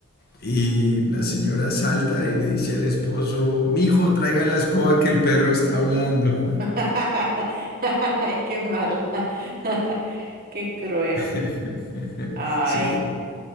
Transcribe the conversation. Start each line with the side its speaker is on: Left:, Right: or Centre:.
Left: Y la señora salta y le dice al esposo, mijo, traiga la escoba que el perro está hablando.
Right: <laughs> Ay, qué mala. <laughs> Qué cruel.
Left: <laughs>
Right: Ay.
Left: Sí.